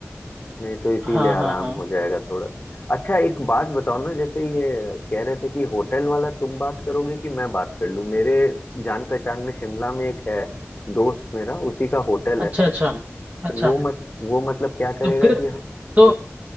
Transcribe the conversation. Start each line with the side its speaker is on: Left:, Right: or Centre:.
Left: नहीं तो इसीलिए
Right: हाँ
Left: आराम
Right: हाँ हाँ
Left: हो जाएगा थोड़ा अच्छा एक बात बताओ ना जैसे ये कह रहे थे कि होटल वाला तुम बात करोगे कि मैं बात कर लूं मेरे जान पहचान में शिमला में एक है दोस्त मेरा उसी का होटल है
Right: अच्छा अच्छा अच्छा
Left: वो मत वो मतलब क्या करेगा
Right: तो फिर
Left: कि
Right: तो